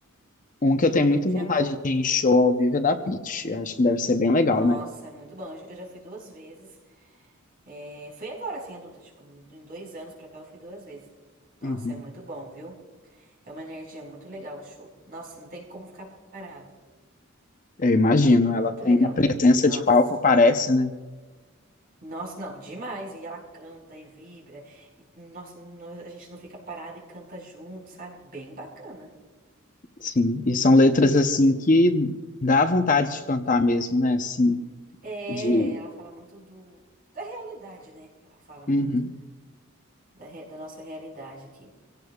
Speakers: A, on the left; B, on the right.
A: Um que eu tenho
B: Ai,
A: muita
B: não tinha
A: vontade
B: como.
A: de ir em show ao vivo é da Pitty. Eu Acho que deve ser bem legal,
B: Nossa,
A: né?
B: é muito bom. Eu já fui duas vezes. É, fui agora, assim, adulta, tipo, em em dois anos pra cá eu fui duas vezes. Nossa,
A: Uhum.
B: é muito bom, viu? É uma energia muito legal o show. Nossa, não tem como ficar parado.
A: Eu imagino. Ela
B: Muito
A: tem
B: legal.
A: uma presença
B: Nossa.
A: de palco, parece, né?
B: Nossa, não, demais. E ela canta e vibra. E, nossa, nó- a gente não fica parado e canta junto, sabe? Bem bacana.
A: Sim. E são letras, assim, que dá vontade de cantar mesmo, né? Assim,
B: É,
A: de...
B: ela fala muito do, da realidade, né? Ela fala muito
A: Uhum.
B: da, re- da nossa realidade aqui.